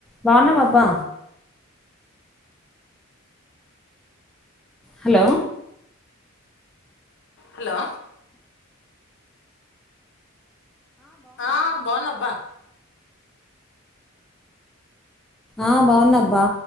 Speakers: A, in the centre; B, on the left.
A: బాగున్న బాబ్బా hello
B: hello ఆ బానబ్బా
A: ఆ బాగున్నాబ్బా